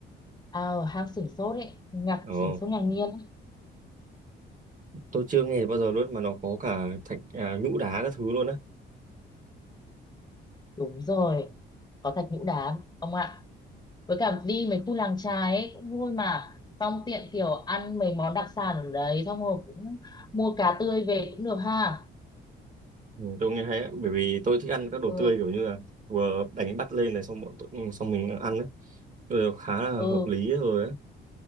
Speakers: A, on the left; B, on the right.
A: à, ở hang sửng sốt ấy ngạc
B: Ồ,
A: sửng sốt ngạc nhiên ấy.
B: tôi chưa nghe bao giờ luôn mà nó có cả thạch à, nhũ đá các thứ luôn á.
A: đúng rồi có thạch nhũ đá ông ạ với cả đi mấy khu làng chài ấy cũng vui mà xong tiện kiểu ăn mấy món đặc sản ở đấy xong rồi cũng mua cá tươi về cũng được ha
B: Ừ, tôi nghe hay á, bởi vì tôi thích ăn các đồ
A: ừ
B: tươi kiểu như là vừa đánh bắt lên này xong bọn tôi, ừ, xong mình ăn ấy. Tôi khá là
A: ừ
B: hợp lý rồi ấy.